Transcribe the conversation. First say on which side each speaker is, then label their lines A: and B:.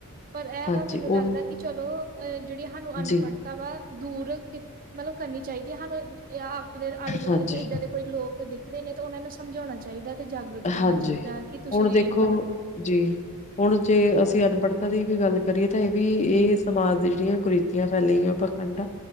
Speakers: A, on the right; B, on the left.
A: ਪਰ ਐ
B: ਹਾਂਜੀ,
A: ਵਾ ਮੈਨੂੰ ਲੱਗਦਾ
B: ਉਹੀ
A: ਕਿ ਚਲੋ ਐ ਜੇੜੀ ਹਾਨੂੰ ਅਨਪੜ
B: ਜੀ,
A: ਤਵਾ ਦੂਰ ਕਿ ਮਤਲਬ ਕਰਨੀ ਚਾਈਦੀ ਏ। ਹਾਨੂੰ ਅਪਣੇ ਆਲੇ-ਦੁਆਲੇ
B: ਹਾਂਜੀ।
A: ਜੇ ਏਦਾਂ ਦੇ ਕੋਈ ਲੋਕ ਦਿਖਦੇ ਨੇ ਤਾਂ ਓਨਾਂ ਨੂੰ ਸਮਝਓਣਾ ਚਾਈਦੈ ਤੇ ਜਾਗਰੂਤ
B: ਹਾਂਜੀ,
A: ਕਰਨਾ ਚਾਈਦਾ, ਕਿ ਤੁਸੀਂ
B: ਹੁਣ ਦੇਖੋ
A: ਮਤਲਬ
B: ਜੀ, ਹੁਣ ਜੇ ਅਸੀਂ ਅਨਪੜ੍ਹਤਾ ਦੀ ਵੀ ਗੱਲ ਕਰੀਏ ਤੇ ਏ ਵੀ ਏ ਸਮਾਜ ਦੀ ਜੇੜੀਆਂ ਕੁਰਿਤੀ ਆਂ ਫੈਲੀਆਂ ਪਖੰਡ ਆ।